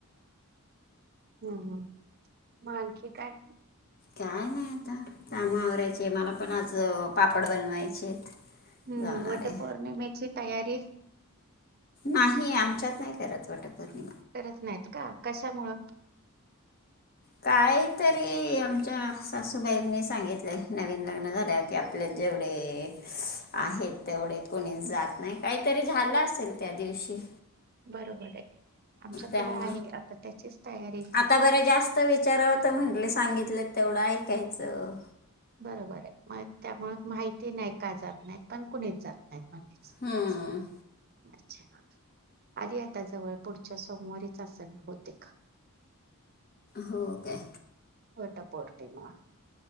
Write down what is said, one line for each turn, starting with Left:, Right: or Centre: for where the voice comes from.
Right: हम् हम मा आणखी काय
Left: काय नाही आता काम आवरायचे मला पण आज पापड बनवायचे
Right: हम्म
Left: जाणार
Right: वट
Left: आहे
Right: पौर्णिमेची तयारी
Left: नाही आमच्यात नाही करत वाटपूर्ण
Right: करत नाहीत का कशामुंळ
Left: काहीतरी आमच्या सासूबाईंनी सांगितलं नवीन लग्न झाल्यावर कि आपल्या जेवढे आहेत तेवढे कोणीच जात नाही काहीतरी झालं असेल त्या दिवशी
Right: बरोबर आहे आमच्याकडे
Left: त्यामु
Right: आहे आता त्याचीच तयारी
Left: आता बरं जास्त विचारात म्हंटले सांगितलं तेवढं ऐकायचं
Right: बरोबर आहे मग त्यामुळे माहिती नाही का जात नाहीत पण कुणीच जात नाहीत म्हणायच
Left: हम्म
Right: अच्छा आधी आता जवळ पुढच्या सोमवारीच असन होते का
Left: हो का
Right: वटपोर्टीमा